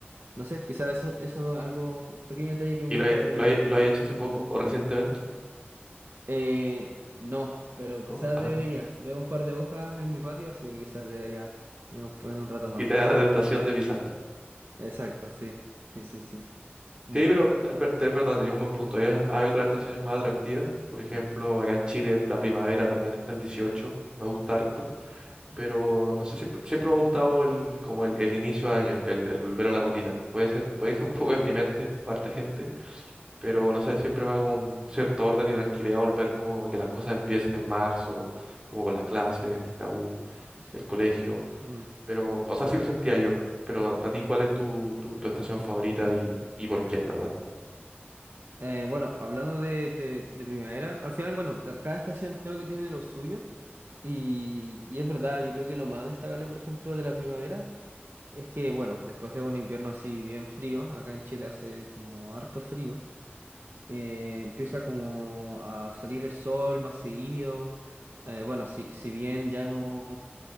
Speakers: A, on the right; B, on the right.
A: no sé, quizás eso, eso es algo, un pequeño detalle que me
B: ¿Y
A: gusta
B: lo, he-
A: del,
B: lo, he- lo has hecho hace
A: del
B: poco
A: otoño.
B: o recientemente?
A: Eh, no, pero
B: ¿No?
A: quizás
B: Ah.
A: debería. Veo un par de hojas en mi patio, así que quizás debería en un, en un rato más.
B: y te da la
A: <laughs>
B: tentación de pisarla.
A: Exacto, sí. Sí, sí, sí. Mm.
B: Sí, pero es ver- es verdad, tenía un buen punto. Hay, hay otras estaciones más atractivas. Por ejemplo, acá en Chile la primavera también está el dieciocho Me gusta harto, pero
A: Mm,
B: no sé, siempre, siempre me ha gustado el, como el, el inicio de año, el, el volver a la rutina. Puede ser, puede ser un poco
A: ya,
B: deprimente para harta gente, pero no sé, siempre me da como un cierto orden y tranquilidad volver como a que las cosas empiecen en marzo, como con las clases, la U,
A: sí.
B: el colegio.
A: Mm.
B: Pero, o sea, sí lo sentía yo. Pero para ti, ¿cuál es tu, tu, tu estación favorita y, y por qué, en verdad?
A: Eh, bueno, hablando de, de, de primavera, al final, bueno, ca- cada estación creo que tiene lo suyo. Y, y es verdad, yo creo que lo más destacable, por ejemplo, de la primavera es que, bueno, después de un invierno así bien frío, acá en Chile hace como harto frío. eh, empieza como a salir el sol más seguido. Eh, bueno, si, si bien ya no,